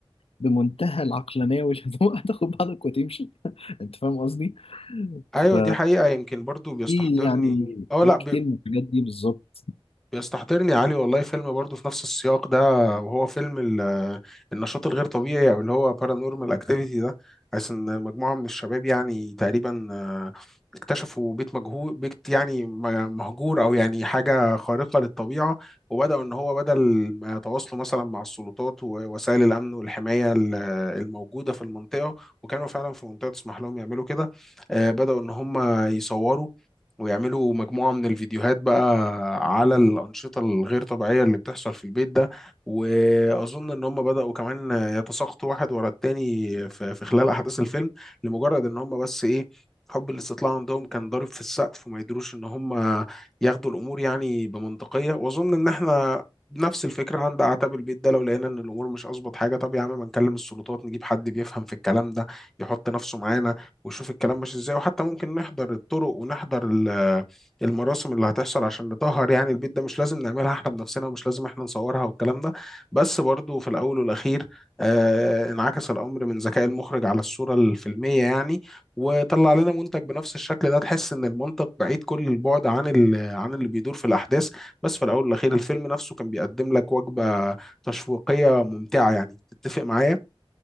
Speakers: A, on the left; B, in the centre.
A: بمنتهى العقلانيه والهدوء <laughs> هتاخد بعضك وتمشي <laughs> انت فاهم قصدي؟
B: ايوه
A: ف
B: دي حقيقه يمكن برضو بيستحضرني
A: في يعني
B: اه
A: حاجات
B: لا
A: كتير من الحاجات دي بالظبط
B: بيستحضرني يا علي والله فيلم برضه في نفس السياق ده وهو فيلم ال- النشاط الغير طبيعي او اللي هو بارانورمال اكتيفيتي ده حيث ان مجموعه من الشباب يعني تقريبا آه، اكتشفوا بيت مجهول بيت يعني م- مهجور او يعني حاجه خارقه للطبيعه وبداوا ان هو بدل ما يتواصلوا مثلا مع السلطات ووسائل الامن والحمايه ال- الموجوده في المنطقه وكانوا فعلا في منطقه تسمح لهم يعملوا كده آه، بداوا ان هم يصوروا ويعملوا مجموعة من الفيديوهات بقى على الأنشطة الغير طبيعية اللي بتحصل في البيت ده وأظن إن هم بدأوا كمان يتساقطوا واحد ورا التاني في في خلال أحداث الفيلم لمجرد إن هم بس إيه حب الاستطلاع عندهم كان ضارب في السقف وما يدروش إن هم ياخدوا الأمور يعني بمنطقية وأظن إن إحنا نفس الفكرة عند أعتاب البيت ده لو لقينا إن الأمور مش أظبط حاجة طب يا عم ما نكلم السلطات نجيب حد بيفهم في الكلام ده يحط نفسه معانا وشوف الكلام ماشي ازاي وحتى ممكن نحضر الطرق ونحضر ال- المراسم اللي هتحصل عشان نطهر يعني البيت ده مش لازم نعملها احنا بنفسنا ومش لازم احنا نصورها والكلام ده بس برضو في الاول والاخير آه انعكس الامر من ذكاء المخرج على الصورة الفيلمية يعني وطلع لنا منتج بنفس الشكل ده تحس ان المنطق بعيد كل البعد عن ال- عن اللي بيدور في الاحداث بس في الاول والاخير الفيلم نفسه كان بيقدم لك وجبة تشويقية ممتعة يعني تتفق معايا